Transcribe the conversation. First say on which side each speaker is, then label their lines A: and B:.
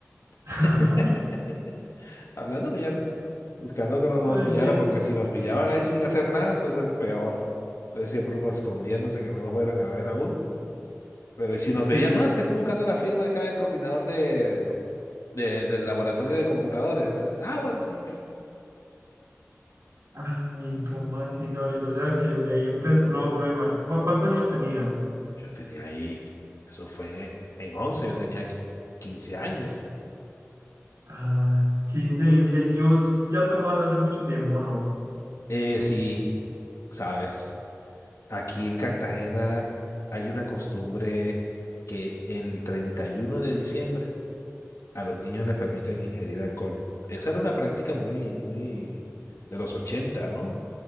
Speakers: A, on the right; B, on the left.
A: <laughs>
B: <laughs> hablando mierda, buscando que no nos
A: Ay,
B: pillaran,
A: sí,
B: porque si nos pillaban ahí sin hacer nada, entonces peor, entonces siempre uno escondiéndose que no nos fueran a ver aún pero y si nos
A: sí,
B: veían, no,
A: sí.
B: es que estoy buscando la firma acá del coordinador de, de- del laboratorio de computadores. Entonces, ah, bueno, sí.
A: Ay, ¿cómo así, Gabriel? O sea, que desde ahí empezó. No, pero ima- ¿cu- ¿cuántos años tenían?
B: Yo tenía ahí, eso fue en once yo tenía qui- 15 años.
A: Ah, 15, 16. Y vos ya tomabas hace mucho tiempo, ¿no?
B: Eh, sí, sabes, aquí en Cartagena hay una costumbre que el 31 de diciembre a los niños les permiten ingerir alcohol. Esa era una práctica muy, muy de los ochenta ¿no?